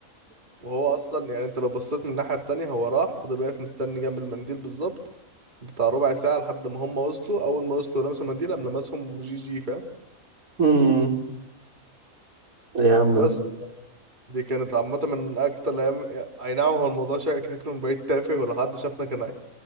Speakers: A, on the right; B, on the right.
A: وهو اصلا يعني انت لو بصيت من الناحيه التانيه هو راح فضل واقف مستني جنب المنديل بالظبط بتاع ربع ساعه لحد ما هم وصلوا اول ما وصلوا لمسوا المنديل قام لمسهم جي جي فاهم
B: مم. يا عم
A: بس
B: ده
A: دي كانت عامة من أكتر الأيام أي نعم هو الموضوع شك- شكله من بعيد تافه ولو حد شافنا كان هي...